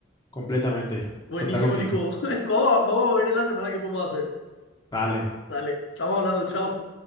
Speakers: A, on the left; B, on the left.
A: Completamente.
B: Buenísimo,
A: Contá conmigo.
B: Nico. <laughs> Vamos a, vamos a ver en la semana qué podemos hacer.
A: Dale.
B: Dale, estamos hablando, chao.